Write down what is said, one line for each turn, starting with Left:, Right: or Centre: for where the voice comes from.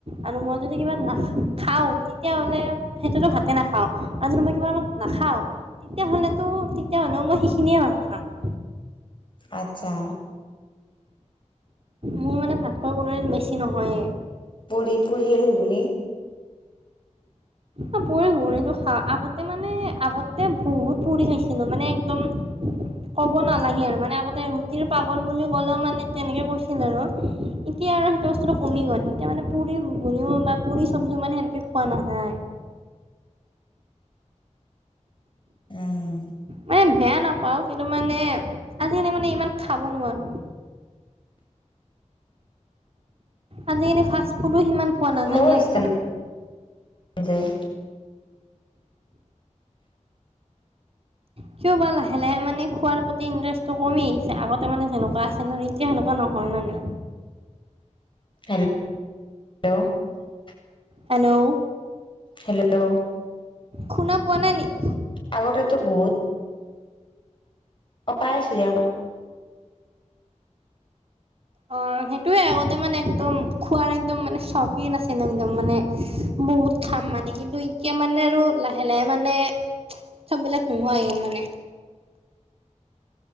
Right: আৰু মই যদি কিবা না খাওঁ তেতিয়াহ'লে সেইটোতো ভাতে নাখাওঁ। আৰু যদি মই কিবা কাৰণত নাখাওঁ তেতিয়াহ'লেতো তেতিয়া হ'লেও মই সেইখিনিয়ে ভাত খাম।
Left: আট্চ্ছা।
Right: মোৰ মানে ভাত খোৱা কোনো দিন বেছি নহয়েই।
Left: পু়ৰি পুৰি আৰু ঘুগুনী
Right: অ' পুৰি ঘুগুনীটো খাওঁ আগতে মানে আগতে বহুত পুৰি খাইছিলো মানে একদম ক'ব নালাগে আৰু মানে আগতে ৰুটিৰ পাগল বুলি ক'লেও মানে তেনেকে কৈছিল আৰু। এতিয়া আৰু সেইটো বস্তুটো কম গ'ল এতিয়া মানে পুৰি ঘোঁগুনিও বা পুৰি চব্জিও মানে সেনেকে খোৱা নাযায়।
Left: উম
Right: মানে বেয়া নাপাওঁ কিন্তু মানে আজিকালি মানে ইমান খাব নোৱাৰোঁ। আজিকালি ফাষ্ট ফুডো সিমান খোৱা নাযায়
Left: মোৰো
Right: দিয়াচোন।
Left: ইচ্ছা <unintelligible>
Right: কিয় বা লাহে- লাহে মানে খোৱাৰ প্ৰতি ইণ্টাৰেষ্টটো কমি আহিছে আগতে মানে যেনেকুৱা আছিল আৰু এতিয়া সেনেকুৱা নহয় মানে।
Left: <unintelligible>
Right: হেল্ল',
Left: হেল্ল',
Right: শুনা পোৱা নাই নেকি?
Left: আগতেতো বহুত, অ' পাই আছো দিয়া কোৱা।
Right: অ', সেইটোয়ে আগতে মানে একদম খোৱাৰ একদম মানে চখীন আছিল একদম মানে বহুত খাম মানে কিন্তু এতিয়া মানে আৰু লাহে -লাহে মানে চববিলাক নোহোৱা গেল মানে।